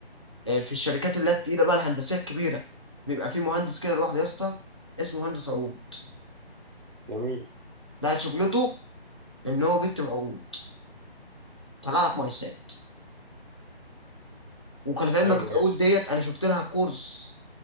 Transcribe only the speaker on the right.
جميل
حلو
ماشي